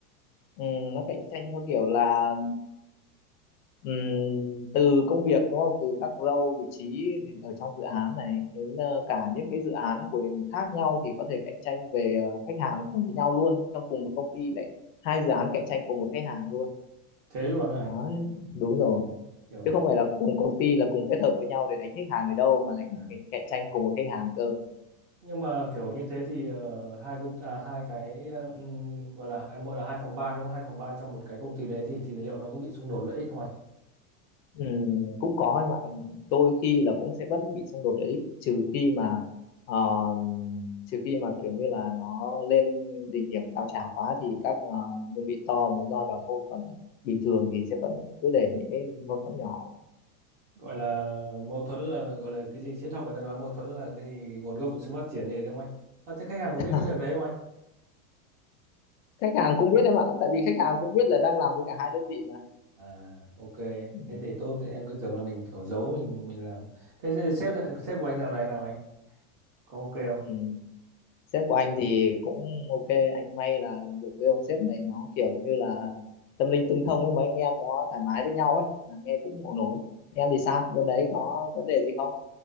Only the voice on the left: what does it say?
ừ, nó cạnh tranh theo kiểu là ừ, từ công việc đúng không từ các role vị trí thì ở trong dự án này đến ờ, cả những cái dự án của khác nhau thì có thể cạnh tranh về ờ, khách hàng cùng với nhau luôn trong cùng một công ty lại hai dự án cạnh tranh cùng một khách hàng luôn
Đấy, đúng rồi
chứ không phải là cùng công ty là cùng kết hợp với nhau để đánh khách hàng này đâu mà lại còn
cạnh cạnh tranh cùng một khách hàng cơ
Ừm, cũng có ấy mà Ừm, đôi khi là cũng sẽ vẫn bị xung đột lợi ích trừ khi mà ờ, trừ khi mà kiểu như là nó lên đỉnh điểm cao trào quá thì các ờ, đơn vị to mới roi vào thôi còn bình thường thì sẽ vẫn cứ để những cái mâu thuẫn nhỏ đấy
<laughs>
khách hàng cũng biết em ạ tại vì khách hàng cũng biết là đang làm với cả hai đơn vị mà
ừ.
ừ. sếp của anh thì cũng ok anh may là được với ông sếp này nó kiểu như là tâm linh tương thông ấy mấy anh em nó thoải mái với nhau ấy là nghe cũng ổn ổn em thì sao bên đấy có vấn đề gì không